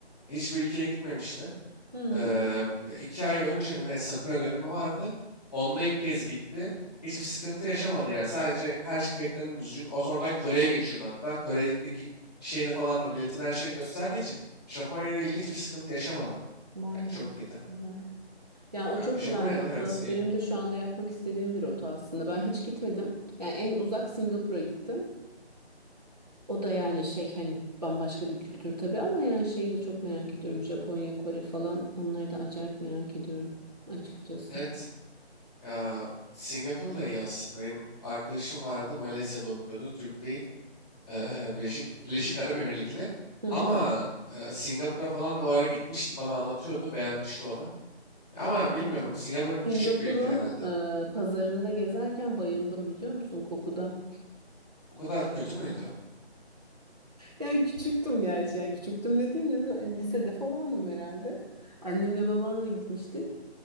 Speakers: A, in the centre; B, on the right.
A: hiçbir ülkeye gitmemişti.
B: Hı,
A: Eee, iki ay önce mi ne Sakura dönemi vardı. Onda ilk kez gitti. Hiçbir sıkıntı yaşamadı yani. Sadece her şey kayıtlarını düzgün. o- Oradan Kore'ye geçiyordu hatta. Kore'deki şeyini falan da milletin her şeyini gösterdiği için Japonya ile ilgili hiçbir sıkıntı yaşamadı.
B: vay
A: Yani çok
B: be.
A: iyiydi.
B: Güzel. Yani o
A: Ya,
B: çok
A: Japonya
B: güzel bir rota.
A: evet iyi.
B: Benim de şu anda yapmak istediğim bir rota aslında. Ben hiç gitmedim. Yani en uzak Singapur'a gittim. O da yani şey hani bambaşka bir kültür tabii ama yani şeyi de çok merak ediyorum. Japonya, Kore falan onları da acayip merak ediyorum açıkçası.
A: Evet ya Singapur da iyi aslında. Benim arkadaşım vardı Malezya'da okuyordu. Türk değil. Eee, Birleşik, Birleşik Arap Emirlikli.
B: Hı
A: Ama
B: hı.
A: eee, Singapur'a falan da o ara gitmişti. Bana anlatıyordu. Beğenmişti o da. Ama bilmiyorum.
B: Yani
A: Singapur küçük
B: Singapur'un
A: bir ülke herhalde.
B: e, pazarında gezerken bayıldım biliyor musun kokuda?
A: O kadar kötü müydü?
B: Yani küçüktüm gerçi. Yani küçüktüm dediğim ne zaman- lisede falandım herhalde. Annemle babamla gitmiştik.